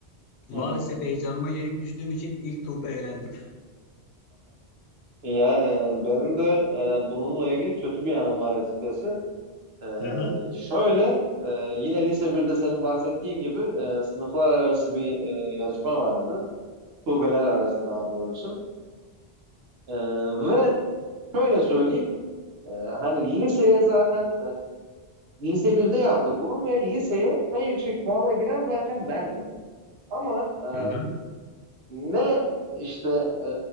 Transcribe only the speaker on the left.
Maalesef
heyecanıma yenik düştüğüm için ilk turda elendim.
Hı hı.
Hı hı.